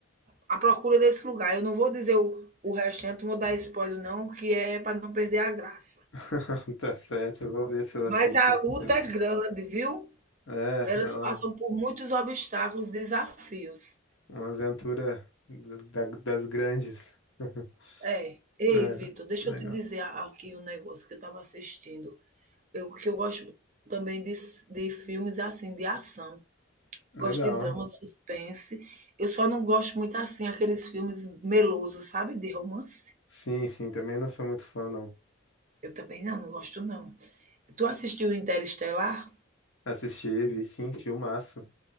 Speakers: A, on the right; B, on the left.
A: à procura desse lugar. Eu não vou dizer o, o restante, não vou dar spoiler, não, que é para não perder a graça.
B: <laughs> tá certo, eu vou ver se eu
A: Mas
B: assisto
A: a
B: esse
A: luta
B: segundo.
A: é grande, viu?
B: É,
A: Elas
B: é uma,
A: passam por muitos obstáculos, desafios.
B: uma aventura da- da- das grandes. <laughs>
A: É. Ei,
B: É,
A: Vitor, deixa
B: legal.
A: eu te dizer aqui um negócio que eu estava assistindo. Eu que eu gosto também de s de filmes, é assim, de ação.
B: Legal.
A: Gosto de drama, suspense. Eu só não gosto muito, assim, aqueles filmes melosos, sabe, de romance.
B: Sim, sim, também não sou muito fã, não.
A: Eu também não, não gosto não. Tu assistiu Interestelar?
B: Assisti, vi sim, filmaço.